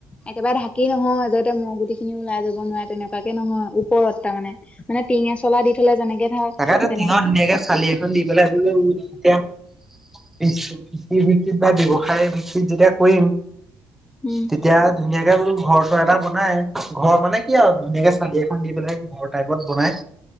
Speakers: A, on the left; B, in the centre.
A: একেবাৰে ঢাকি নহয় যাতে ম গুটি খিনিও ওলাই যাব নোৱাৰে তেনেকুৱাকে নহয় ওপৰত তাৰ মানে মানে টিঙ চলা দি থ'লে যেনেকে ধৰ
B: তাকেত
A: তেনেকে
B: টিঙত ধুনীয়াকে চালি এখন দি পেলাই এয়া কৃষিৰ ভিত্তিত বা ব্যৱসায় ভিত্তিত যেতিয়া কৰিম।
A: উম
B: তেতিয়া ধুনীয়াকে ম ঘৰ এটা বনাই ঘৰ মানে কি আৰু ধুনীয়াকে চালি এখন দি পেলাই ঘৰ টাইপত বনাই।